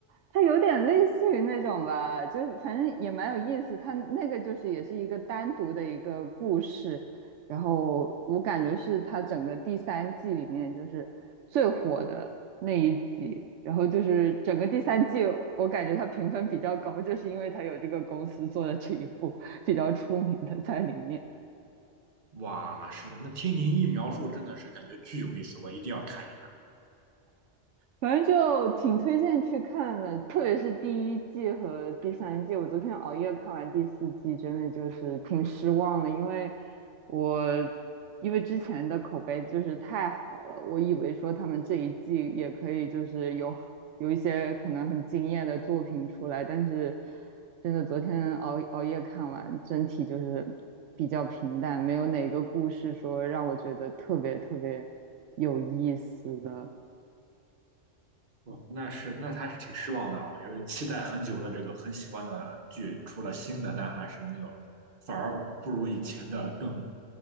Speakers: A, on the right (about 80°); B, on the right (about 50°).
A: 它有点类似于那种吧，就是反正也蛮有意思。它那个就是也是一个单独的一个故事，然后我感觉是它整个第三季里面就是最火的那一集。然后就是整个第三季，我感觉它评分比较高，就是因为它有这个公司做的这一部比较出名的在里面。
B: 哇，是的，那听您一描述，真的是感觉巨有意思，我一定要看一
A: 反正就挺推荐去看的，特别是第一季和第三季。我昨天熬夜看完第四季，真的就是挺失望的，因为我因为之前的口碑就是太好了，我以为说他们这一季也可以就是有有一些可能很惊艳的作品出来，但是真的昨天熬熬夜看完，整体就是比较平淡，没有哪个故事说让我觉得特别特别有意思的。
B: 看。哦，那是，那还是挺失望的啊，由于期待很久的这个很喜欢的剧出了新的，但还是没有，反而不如以前的更